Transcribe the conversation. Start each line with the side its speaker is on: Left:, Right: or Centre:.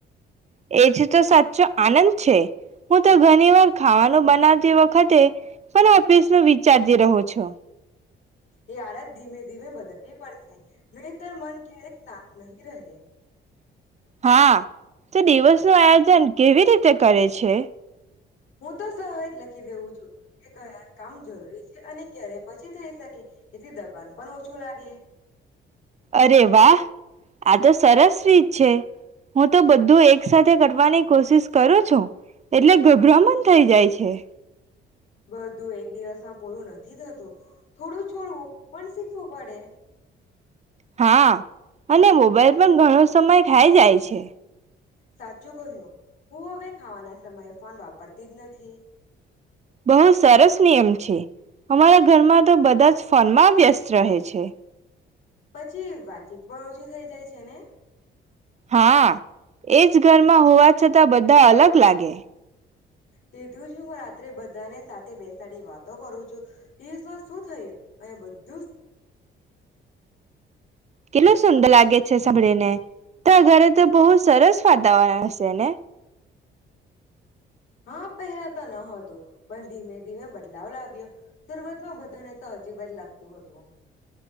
Right: એ જ તો સાચો આનંદ છે હું તો ઘણી વાર ખાવાનું બનાવતી વખતે પણ ઓફિસ ન વિચારતી રહું છું.
Left: એ આડત ધીમે ધીમે બદલવી પડશે, નહીતર મન ક્યારેક શાંત નહી રહે.
Right: હા તો દિવસ નું આયોજન કેવી રીતે કરે છે?
Left: હું તો સહેજ જ લખી દેઉું છું, કે કયા કામ જરૂરી છે અને ક્યારે પછી થઈ શકે, એથી દબાણ પણ ઓછું લાગે.
Right: અરે વાહ આ તો સરસ રીત છે. હું તો બધું એક સાથે કરવાની કોશિશ કરું છું. એટલે ગભરામન થઇ જાય છે. છે.
Left: બધું એક દિવસમાં પૂરું નથી થતું થોડું છોડવું પણ શીખવું પડે.
Right: હા અને મોબાઈલ પણ ઘણો સમય થાય જાય છે.
Left: સાચું કહ્યું, હું હવે ખાવાના સમયે ફોન વાપરતી જ નથી.
Right: બહુ સરસ નિયમ છે. અમારા ઘરમાં તો બધા જ ફોનમાં વ્યસ્ત રહે છે.
Left: પછી વાતચીત પણ ઓછી થઈ જાય છે ને
Right: હા એજ ઘરમાં હોવા છતાં બધા અલગ લાગે.
Left: તે તું જ હું રાત્રે બધાને સાથે બેસાડી વાતો કરું છું, દિવસમાં શું થયું? અહીંયા બધ-
Right: કેટલું સુંદર લાગે છે સાંભળીને તો ઘરે તો બહુ સરસ વાતાવરણ તેણે.
Left: હા પહેલા તો ન હતું પણ ધીમે ધીમે બદલાવ લાવ્યો શરૂઆતમાં બધાને તો હજીબ જ લાગતું હતું.